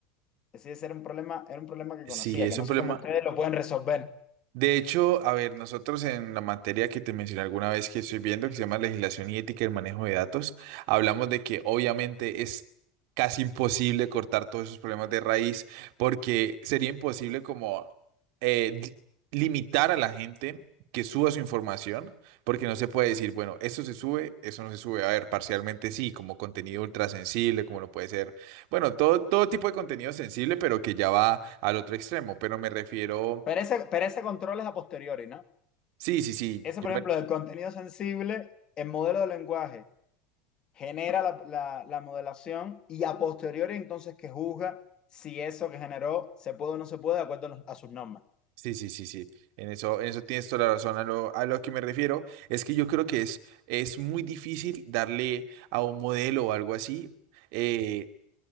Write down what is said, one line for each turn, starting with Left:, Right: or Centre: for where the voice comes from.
Left: Ese ese era un problema, era un problema que
Right: Sí,
Left: conocía,
Right: es
Left: que no
Right: un
Left: sé
Right: problema.
Left: cómo ustedes lo pueden resolver.
Right: De hecho, a ver, nosotros en la materia que te mencioné alguna vez que estoy viendo, que se llama Legislación y Ética del Manejo de Datos, hablamos de que obviamente es casi imposible cortar todos esos problemas de raíz porque sería imposible como eh, li- limitar a la gente que suba su información, porque no se puede decir, bueno, esto se sube, eso no se sube. A ver, parcialmente sí, como contenido ultra sensible, como lo puede ser, bueno, todo, todo tipo de contenido sensible, pero que ya va al otro extremo, pero me refiero...
Left: Pero ese, pero ese control es a posteriori, ¿no?
Right: Sí, sí, sí,
Left: Ese,
Right: yo
Left: por ejemplo,
Right: me-
Left: del contenido sensible, el modelo de lenguaje genera la, la- la modelación y a posteriori entonces que juzga si eso que generó se puede o no se puede de acuerdo a, a sus normas.
Right: sí, sí, sí, sí, en eso, en eso tienes toda la razón. A lo, a lo que me refiero es que yo creo que es, es muy difícil darle a un modelo o algo así eh,